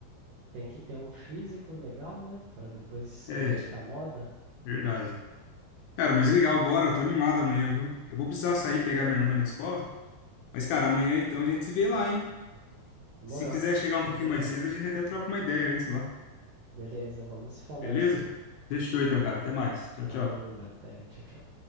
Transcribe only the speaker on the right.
tem que ter um físico legal, né? Para depois
inventar moda.
Fechou,
então.
Demorou.
Combinado.
Beleza, vamos falando
então.
Falou,
até, tchau, tchau.